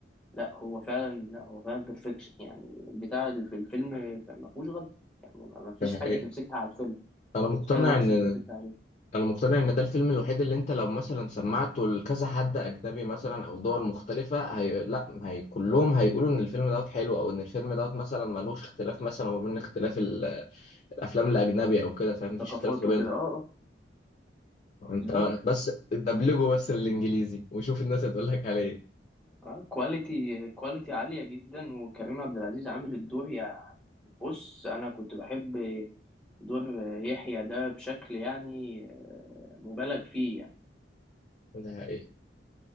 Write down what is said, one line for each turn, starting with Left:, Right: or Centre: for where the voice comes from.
Centre: لا هو فعلا لا هو فعلا بيرفكشن يعني البتاع اللي في الفيلم ما فيهوش غلطة يعني ما فيش
Left: ده حقيقة
Centre: حاجة تمسكها على الفيلم
Left: أنا مقتنع
Centre: مش حاجة وحشة
Left: إن
Centre: تمسكها عليه
Left: أنا مقتنع إن ده الفيلم الوحيد اللي أنت لو مثلا سمعته لكذا حد أجنبي مثلا أو دول مختلفة هي... لا هي كلهم هيقولوا إن الفيلم دوت حلو أو إن الفيلم دوت مثلا ملوش اختلاف مثلا ما بين اختلاف ال... الأفلام الأجنبي أو كده فاهم مفيش
Centre: ثقافات
Left: اختلاف ما
Centre: وكده
Left: بين
Centre: اه اه
Left: انت
Centre: بالظبط
Left: بس دبلجه بس الانجليزي وشوف الناس هتقول لك على ايه
Centre: اه كواليتي كواليتي عالية جدا وكريم عبد العزيز عامل الدور يعني بص انا كنت بحب دور يحيى ده بشكل يعني آه، مبالغ فيه يعني
Left: ده حقيقي